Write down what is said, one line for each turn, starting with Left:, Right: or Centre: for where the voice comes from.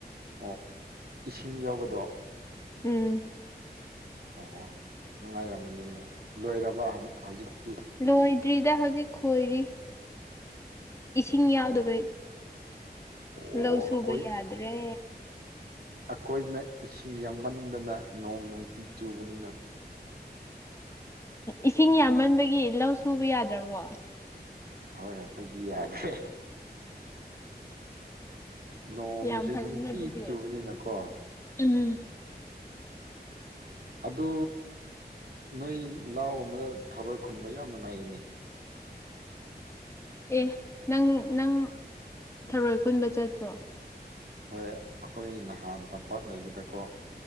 Right: ꯑꯣ ꯏꯁꯤꯡ ꯌꯥꯎꯕꯗꯣ
Left: ꯎꯝ
Right: ꯑꯣꯍꯣ ꯅꯨꯡꯉꯥꯏꯔꯝꯃꯅꯤꯅꯦ ꯂꯣꯏꯔꯕ ꯍꯧꯖꯤꯛꯇꯤ
Left: ꯂꯣꯏꯗ꯭ꯔꯤꯗ ꯍꯧꯖꯤꯛ ꯈꯣꯏꯔꯤ ꯏꯁꯤꯡ ꯌꯥꯎꯗꯕꯩ
Right: ꯑꯣ ꯑꯣ
Left: ꯂꯧ ꯁꯨꯕ
Right: ꯑꯩꯈꯣꯏ
Left: ꯌꯥꯗ꯭ꯔꯦ
Right: ꯑꯩꯈꯣꯏꯅ ꯏꯁꯤꯡ ꯌꯥꯝꯃꯟꯗꯅ ꯅꯣꯡ ꯅꯨꯡꯇꯤ ꯆꯨꯕꯅꯤꯅ
Left: ꯏꯁꯤꯡ ꯌꯥꯝꯃꯟꯕꯒꯤ ꯂꯧ ꯁꯨꯕ ꯌꯥꯗ꯭ꯔꯕꯣ
Right: ꯍꯣꯏ ꯑꯈꯣꯏꯗꯤ ꯌꯥꯗ꯭ꯔꯦ ꯅꯣꯡꯁꯦ
Left: ꯌꯥꯝ ꯐꯩꯅꯦ
Right: ꯅꯨꯡꯇꯤ
Left: ꯑꯗꯨꯗꯤ
Right: ꯆꯨꯕꯅꯤꯅꯀꯣ
Left: ꯎꯝ
Right: ꯑꯗꯨ ꯅꯣꯏ ꯂꯥꯎꯒꯨꯝꯕꯗ ꯊꯔꯣꯏ ꯈꯨꯟꯕ ꯌꯥꯝ ꯅꯨꯡꯉꯥꯏꯌꯦꯅꯦ
Left: ꯑꯦ ꯅꯪ ꯅꯪ ꯊꯔꯣꯏ ꯈꯨꯟꯕ ꯆꯠꯄ꯭ꯔꯣ
Right: ꯍꯣꯏ ꯑꯩꯈꯣꯏ ꯅꯍꯥꯟ ꯇꯝꯄꯥꯛ ꯂꯩꯕꯗꯀꯣ